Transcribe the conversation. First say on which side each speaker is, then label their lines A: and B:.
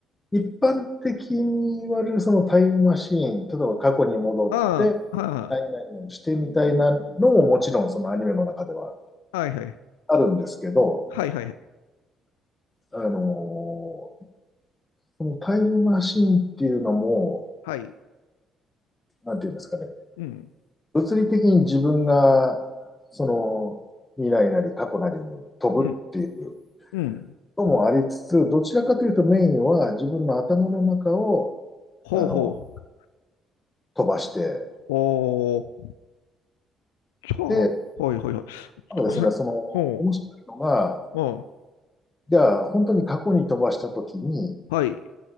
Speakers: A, on the left; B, on the left.
A: 一般的に言われるそのタイムマシーン、例えば過去に戻って何々をしてみたいなのももちろんそのアニメの中では
B: うん、はあ、はいはい。
A: あるんですけど、
B: はいはいはい。
A: あのーそのタイムマシーンっていうのも、
B: はい。
A: なんていうんですかね、
B: うん、
A: 物理的に自分がその未来なり過去なりに飛ぶっていう
B: うん、うん。
A: のもありつつ、どちらかというとメインは自分の頭の中を
B: ほうほう。
A: あの飛ばして、
B: ほう。じゃあ、
A: で、
B: はいはいはい。ちょっ
A: ただですね、
B: とごめんなさい。
A: その面白いのが、
B: ほう。うん。
A: じゃあ、本当に過去に飛ばしたときに、
B: はい。